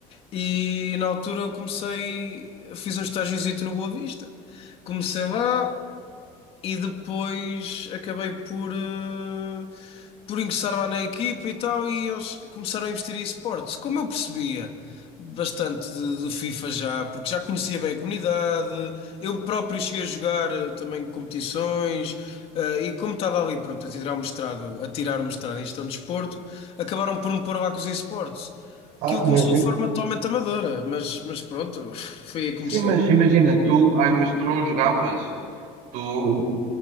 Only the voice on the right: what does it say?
Ah,
mas
im-
sim, mas imagina, tu, ai, mas tu não jogavas? Tu,